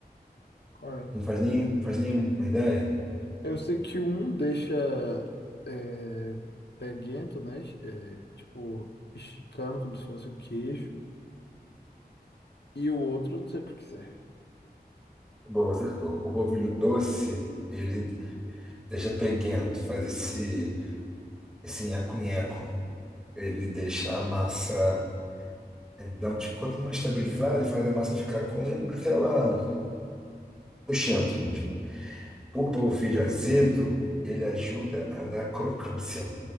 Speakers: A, on the left; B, in the centre.
A: Qual é?
B: Não faz nem, faz nem uma ideia?
A: Eu sei que um deixa é, peguento, né? É, tipo, esticando como se fosse o queijo. E o outro, eu não sei por que serve.
B: Bom, acertou. O polvilho doce, ele deixa peguento, faz esse, esse nheco-nheco. Ele deixa a massa, ele dá um tipo, quanto mais estabilizada e faz a massa ficar com aquela puxento mesmo. O
A: Uhum.
B: polvilho azedo, ele ajuda a dar crocância,